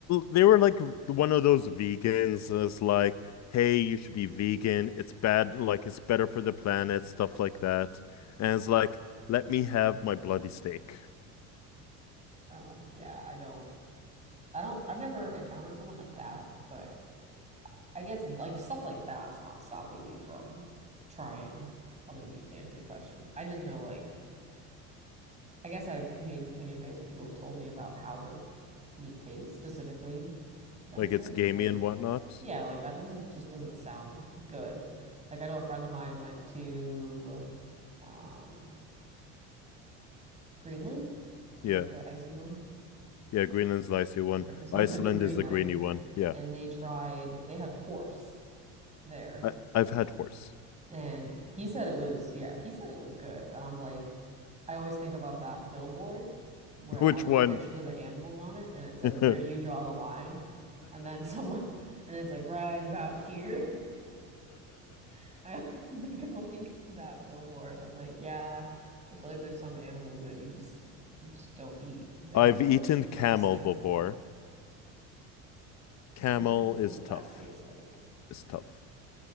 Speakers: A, on the left (about 50°); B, on the right (about 20°).
A: they were like one of those vegans that's like, hey, you should be vegan. It's bad, like it's better for the planet, stuff like that. And it's like, let me have my bloody steak.
B: Oh, yeah, I don't. I don't, I've never encountered someone like that, but I guess like stuff like that's not stopping me from trying other meats to answer your question. I just know like, I guess I've made an opinion based on people have told me about how the meat tastes, specifically venison.
A: Like it's gamey
B: Like,
A: and whatnot.
B: yeah, like I, this is, just doesn't sound good. Like I know a friend of mine went to um, Greenland. Is
A: Yeah.
B: that the icy one?
A: Yeah, Greenland's the icy one.
B: Okay, <laughs> so
A: Iceland
B: they went to Greenland
A: is the greeny one. Yeah.
B: and they tried, they had horse there.
A: I, I've had horse.
B: And he said it was, yeah, he said it was good. And I'm like, I always think about that billboard where
A: <laughs>
B: it
A: Which
B: has all
A: one?
B: the pictures of the animals on it and it says,
A: <laughs>
B: Where do you draw the line? And then someone, <laughs> and it's like, right about here. <laughs> I always think of like that billboard. And I'm like, yeah, I feel like there's some animals that you just, you just don't eat because they
A: I've
B: have other
A: eaten camel
B: purposes.
A: before.
B: <laughs>
A: Camel
B: What is, what
A: is
B: does that
A: tough.
B: taste like?
A: It's tough.